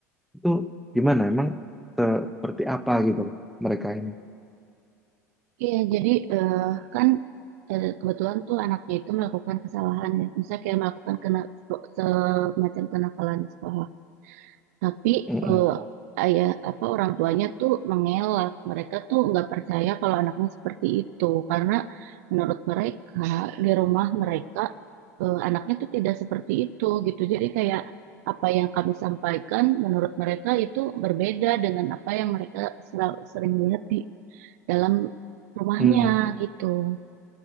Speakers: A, in the centre; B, on the right.
A: itu gimana? Emang se- seperti apa gitu loh mereka ini?
B: Iya jadi eh, kan eh, kebetulan tuh anaknya itu melakukan kesalahan ya, misalnya kayak melakukan kena semacam kenakalan di sekolah. Tapi
A: Mm-mm.
B: eh, ayah apa orang tuanya tuh mengelak. Mereka tuh nggak percaya kalau anaknya seperti itu karena menurut mereka di rumah mereka eh, anaknya tuh tidak seperti itu gitu. Jadi kayak apa yang kami sampaikan menurut mereka itu berbeda dengan apa yang mereka sel- sering lihat di dalam rumahnya
A: Mm.
B: gitu.